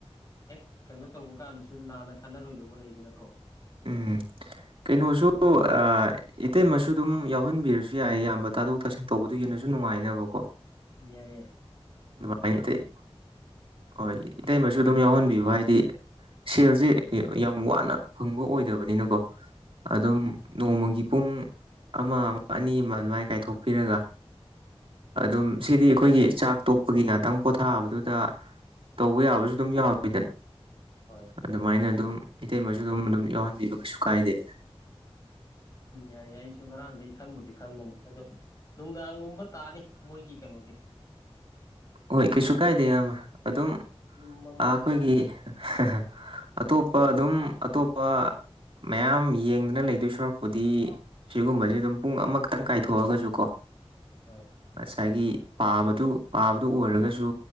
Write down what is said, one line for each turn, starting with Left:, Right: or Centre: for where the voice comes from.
Left: ꯍꯦꯛ ꯀꯩꯅꯣ ꯇꯧꯕ ꯀꯥꯟꯗꯁꯨ ꯂꯥꯟꯅ ꯈꯟꯅꯔꯣꯏꯗꯧꯕ ꯂꯩꯗꯅꯀꯣ
Right: ꯎꯝ ꯀꯩꯅꯣꯁꯨ ꯑꯥ ꯏꯇꯩꯃꯁꯨ ꯑꯗꯨꯝ ꯌꯥꯎꯍꯟꯕꯤꯔꯁꯨ ꯌꯥꯏ ꯑꯌꯥꯝꯕ ꯇꯥꯊꯣꯛ ꯇꯥꯁꯤꯟ ꯇꯧꯕꯗꯨ ꯍꯦ ꯅꯁꯨ ꯅꯨꯡꯉꯥꯏꯅꯕꯀꯣ
Left: ꯌꯥꯏ ꯌꯦ
Right: ꯑꯗꯨꯃꯥꯏ ꯏꯇꯩ ꯍꯣꯏ ꯏꯇꯩꯃꯁꯨ ꯑꯗꯨꯝ ꯌꯥꯎꯍꯟꯕꯤꯌꯨ ꯍꯥꯏꯗꯤ ꯁꯦꯜꯁꯦ ꯌꯥꯝ ꯋꯥꯅ ꯐꯪꯕ ꯑꯣꯏꯗꯕꯅꯤꯅꯀꯣ ꯑꯗꯨꯝ ꯅꯣꯡꯃꯒꯤ ꯄꯨꯡ ꯑꯃ ꯑꯃ ꯑꯅꯤ ꯑꯃ ꯑꯗꯨꯃꯥꯏ ꯀꯥꯏꯊꯣꯛꯄꯤꯔꯒ ꯑꯗꯨꯝ ꯁꯤꯗꯤ ꯑꯩꯈꯣꯏꯒꯤ ꯆꯥꯛ ꯇꯣꯛꯄꯒꯤ ꯉꯥꯛꯇꯪ ꯄꯣꯊꯥꯕꯗꯨꯗ ꯇꯧꯕ ꯌꯥꯕꯁꯨ ꯑꯗꯨꯝ ꯌꯥꯎꯋꯤꯗꯅ
Left: ꯍꯣꯏ
Right: ꯑꯗꯨꯃꯥꯏꯅ ꯑꯗꯨꯝ ꯏꯇꯩ ꯃꯁꯨ ꯑꯗꯨꯝ ꯑꯗꯨꯝ ꯌꯥꯎꯍꯟꯕꯤꯕ ꯀꯩꯁꯨ ꯀꯥꯏꯗꯦ
Left: ꯎꯝ ꯌꯥꯏꯏ ꯑꯩꯁꯨ ꯉꯔꯥꯡꯗꯒꯤ ꯈꯟꯕꯨꯗꯤ ꯈꯟꯕꯅꯦ ꯑꯗꯣ ꯅꯨꯡꯗꯥꯡꯒꯨꯝꯕ ꯇꯥꯅꯤ ꯃꯣꯏꯒꯤ ꯀꯩꯅꯣꯗꯤ
Right: ꯍꯣꯏ ꯀꯩꯁꯨ
Left: ꯍꯥꯏ
Right: ꯀꯥꯏꯗꯦ ꯏꯌꯥꯝꯕ ꯑꯗꯨꯝ
Left: ꯌꯨꯝ ꯑꯃꯗ
Right: ꯑꯥ ꯑꯩꯈꯣꯏꯒꯤ
Left: ꯁꯨꯝ
Right: <unintelligible> ꯑꯇꯣꯞꯄ ꯑꯗꯨꯝ ꯑꯇꯣꯞꯄ ꯃꯌꯥꯝ ꯌꯦꯡꯗꯨꯅ ꯂꯩꯗꯣꯏ ꯁꯔꯨꯛꯄꯨꯗꯤ ꯁꯤꯒꯨꯝꯕꯁꯦ
Left: ꯍꯣꯏ
Right: ꯑꯗꯨꯝ ꯄꯨꯡ ꯑꯃꯈꯛ ꯈꯤꯇꯪ ꯀꯥꯏꯊꯣꯛꯑꯒꯁꯨ ꯀꯣ
Left: ꯍꯣꯏ
Right: ꯉꯁꯥꯏꯒꯤ ꯄꯥꯕꯗꯨ ꯄꯥꯕꯗꯨ ꯑꯣꯏꯔꯒꯁꯨ